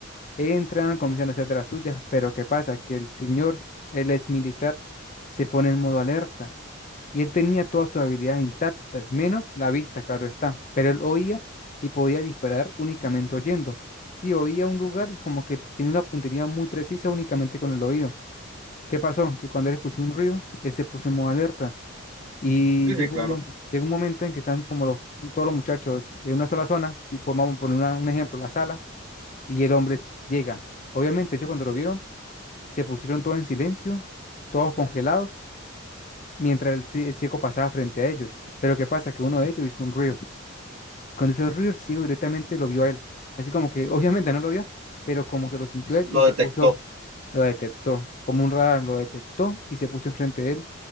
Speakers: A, on the left (about 35°); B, on the right (about 85°).
A: entran, comienzan a hacer de las suyas, pero ¿qué pasa? Que el señor, él es militar, se pone en modo alerta y él tenía todas sus habilidades intactas, menos la vista, claro está, pero él oía y podía disparar únicamente oyendo. Sí, oía un lugar y como que tenía una puntería muy precisa únicamente con el oído. ¿Qué pasó? Que cuando él escuchó un ruido, él se puso en modo alerta. Y
B: Sí,
A: llega
B: sí, claro.
A: un, mo- llega un momento en que están como los, todos los muchachos en una sola zona, tipo, vamos a poner una- un ejemplo, la sala, y el hombre llega. Obviamente, ellos cuando lo vieron, se pusieron todos en silencio, todos congelados, mientras el, ci- el ciego pasaba frente a ellos. Pero ¿qué pasa? Que uno de ellos hizo un ruido. Cuando hizo el ruido, el ciego directamente lo vio a él. Así como que, obviamente no lo vio, pero como que lo sintió él
B: Lo
A: y se
B: detectó.
A: puso lo detectó, como un radar, lo detectó y se puso enfrente de él